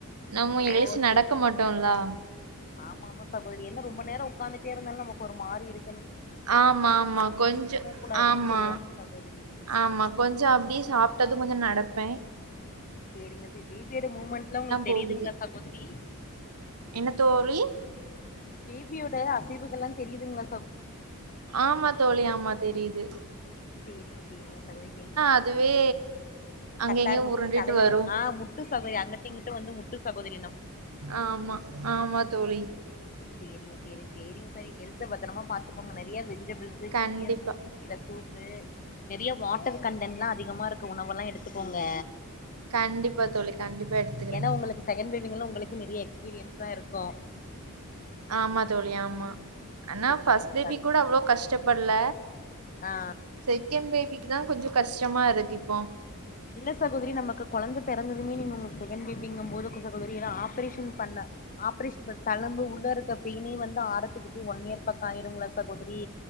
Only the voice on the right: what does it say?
நம்ம எழுச்சி
நடக்க மாட்டோல்லா
ஆமா ஆமா கொஞ்சொ
ஆமா
ஆமா கொஞ்சொ அப்டியே சாப்ட்டது கொஞ்சொ நட ப்பே
போகுது.
என்ன தோழி
ஆமா தோழி ஆமா தெரிது
அதுவே அங்க
இங்கயும்
உருண்டுட்டு
வரும்.
ஆமா ஆமா தோழி
கண்டிப்பா.
கண்டிப்பா தோழி. கண்டிப்பா எடுத்துக்கிறேன்.
ஆமா தோழி ஆமா ஆனா
ஃபஸ்ட் பேபி
கூட அவ்ளோ கஷ்டப்பட்ல
செகண்ட் பேபிக்கு தா கொஞ்சோ கஷ்டமாருக்கிப்